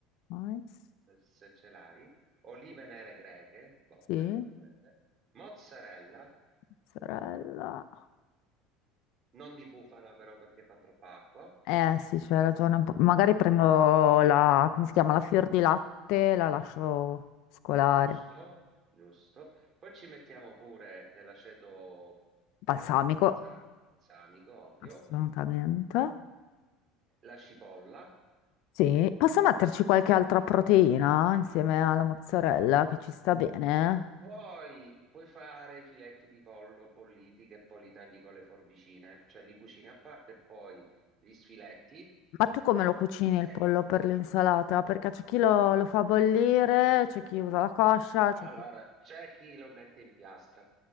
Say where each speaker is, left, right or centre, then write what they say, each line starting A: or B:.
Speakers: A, on the left; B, on the right.
A: mais,
B: se, se ce l'hai, olive nere greche, buone
A: sì,
B: pure quelle, mozzarella.
A: mozzarella.
B: Non di bufala però perché fa troppa acqua,
A: Eh sì, c'hai ragione un po'. Magari prendo la, come si chiama, la fior di latte, la lascio scolare.
B: giusto, giusto. Poi ci mettiamo pure dell'aceto eh,
A: Balsamico,
B: balsam- balsamico, ovvio,
A: assolutamente.
B: la cipolla.
A: Sì, posso metterci qualche altra proteina insieme alla mozzarella che ci sta bene?
B: Poi puoi fare i filetti di pollo bolliti che poi li tagli con le forbicine, cioè li cucini a parte e poi gli sfiletti,
A: Ma tu come
B: no?
A: lo cucini
B: Eh,
A: il pollo per l'insalata? Perché c'è chi lo, lo fa bollire, c'è chi usa la coscia,
B: Allora,
A: c'è chi...
B: c'è chi lo mette in piastra,